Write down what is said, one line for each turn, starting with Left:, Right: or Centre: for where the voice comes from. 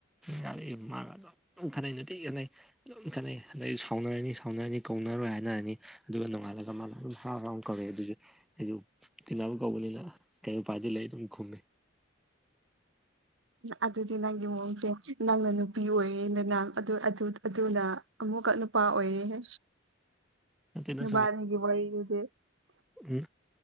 Centre: ꯌꯥꯔꯦ ꯃꯥꯒ ꯑꯗꯨꯝ ꯈꯠꯅꯩꯩ ꯅꯨꯡꯇꯤ ꯈꯠꯅꯩ ꯑꯗꯨꯝ ꯈꯦꯠꯅꯩ ꯑꯗꯩ ꯁꯥꯎꯅꯔꯅꯤ ꯁꯥꯎꯅꯔꯅꯤ ꯀꯧꯅꯔꯣꯏ ꯍꯥꯏꯅꯔꯅꯤ ꯑꯗꯨꯒ ꯅꯣꯡꯉꯥꯜꯂꯒ ꯃꯥꯅ ꯑꯗꯨꯝ ꯍꯔꯥꯎ ꯍꯔꯥꯎ ꯀꯧꯋꯦ ꯑꯗꯨꯁꯨ ꯑꯩꯁꯨ ꯇꯤꯅꯕ ꯀꯧꯕꯅꯤꯅ ꯀꯩ ꯎꯄꯥꯏꯗꯤ ꯂꯩ ꯑꯗꯨꯝ ꯈꯨꯝꯃꯤ
Right: ꯑꯗꯨꯗꯤ ꯅꯪꯒꯤ ꯃꯑꯣꯡꯁꯦ ꯅꯪꯅ ꯅꯨꯄꯤ ꯑꯣꯏꯌꯦꯗꯅ ꯑꯗꯨ‌ ꯑꯗꯨ ꯑꯗꯨꯅ ꯑꯃꯨꯛꯀ ꯅꯨꯄꯥ ꯑꯣꯏꯔꯦꯍꯦ
Centre: ꯅꯠꯇꯦꯗ
Right: ꯅꯕꯅꯤꯒꯤ ꯋꯥꯔꯤꯖꯤꯗꯤ
Centre: ꯎꯝ